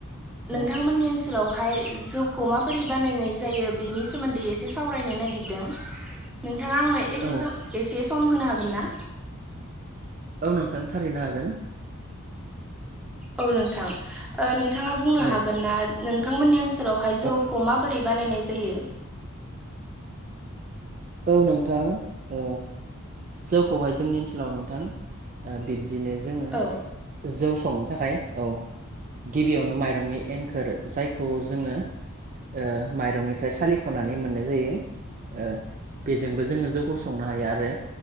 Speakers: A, in the centre; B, on the right (about 40°).
A: नोंथांमोननि
B: औ
A: ओनसोलावहाय। जौखौ माबोरै बानायनाय जायो बेनि सोमोन्दै एसे सावरायनो नागिरदों नोंथाङा आंनो एसेसो
B: औ
A: एसे सम होनो हागोन ना
B: औ नोंथां थारैनो हागोन
A: गावनोों थां फालिनो हागोन औ नोंथां नोंथाङा बुंनो
B: औ
A: हागोन ना नोंथांमोननि ओनसोलावहाय
B: औ
A: जौखौ मा बोरै बानायनाय जायो
B: औ नोंथां ओ जौखौहाय जोंनि ओनसोलाव नोंथां ओ बि बिदिनो जोङो
A: औ
B: जौ संनो थाखाय औ गिबियावनो माइरंनि एंखोर जायखौ जोङो ओ माइरंनिफ्राय सालिख'नानै मोननाय जायो ओ बेजोंबो जोङो जौखौ संनो हायो आरो